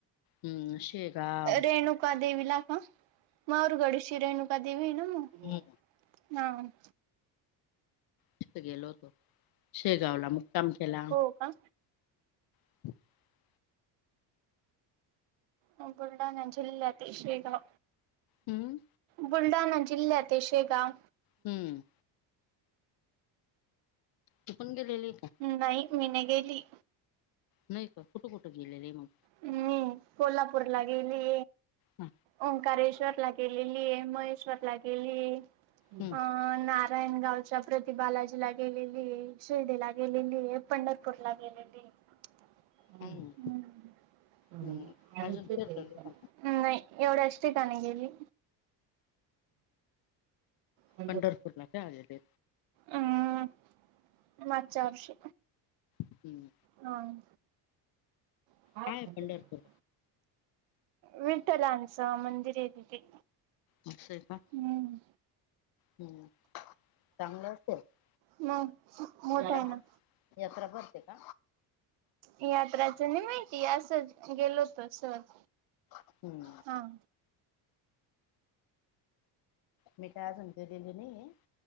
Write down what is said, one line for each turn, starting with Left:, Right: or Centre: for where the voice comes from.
Left: हम्म शेगाव
Right: रेणु नुका देवी ला का मग? माहूर गडशी रेणुकादेवी आहे ना मग.
Left: हम्म
Right: नाम.
Left: तीथ गेलो होतो. शेगावला मुक्काम केला.
Right: हो का?
Left: <inaudible>
Right: बुलढाणा जिल्ह्यात ते शेगाव
Left: हम्म
Right: बुलढाणा जिल्ह्यात ए शेगाव.
Left: हूम्म. तू पण गेलेली का
Right: नाही. मी नाही गेली.
Left: नाही का? कुठं कुठं गेलेली मग?
Right: मी कोल्हापूर ला गेले.
Left: हा
Right: ओंकारेश्वर ला गेलेलीए, महेश्वर ला गेलि.
Left: हम्म
Right: अ नारायणगावच्या प्रतिबालाजीला गेले ली, शिर्डी ला गेलेली, पंढरपूरला गेलेली. <unintelligible>
Left: काय नाही हम्म अजून फिरलेले का
Right: एवढंच ठिकाणी गेली. <inaudible>
Left: पंढरपूरला काय आलेले
Right: उम्म. मागच्या वर्षी
Left: हम्म
Right: नॉन. <unintelligible>
Left: काय पंढरपूर
Right: विठ्ठलांचा मंदिर आहे तिथे.
Left: असंय का
Right: हम्म
Left: हम्म. चांगलं असते
Right: म मोठं
Left: यात्रा
Right: हो ना.
Left: यात्रा भरते का
Right: यात्राच नाही माहिती असच गेलो तसंच.
Left: हम्म
Right: हां.
Left: मी काय सांगतोय गेली नाही आहे.